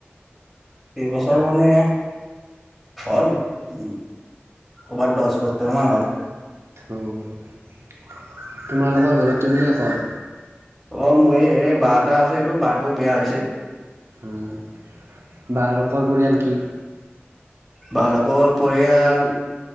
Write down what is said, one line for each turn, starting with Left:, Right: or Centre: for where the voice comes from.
Centre: কেইবছৰমানে হ'ল উ ক'বাত দচ বছৰ মান হ'ল।
Right: অঁ তোমালোকৰ ঘৰত তুমি অকল?
Centre: অ মোৰ এই বা এটা আছে এইটো বাৰটা বেয়া হৈছে।
Right: উম বা লোকৰ পৰিয়াল কি?
Centre: বালোকৰ পৰিয়াল